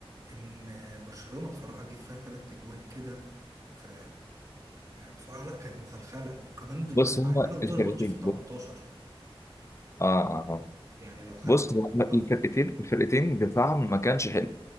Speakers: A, on the right; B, on the left.
A: ان برشلونة بصراحة جه فيها ثلاث اجوان كده ف يعني بصراحة لا كانت مخلخلة كمان دول
B: بص
A: ملاعبينهم
B: هم
A: طول
B: الفرقتين
A: الماتش في ال 18
B: اه اه آه.
A: يعني لو خدت
B: بص هو
A: ضغط
B: الفرقتين الفرقتين دفاعهم ما كانش حلو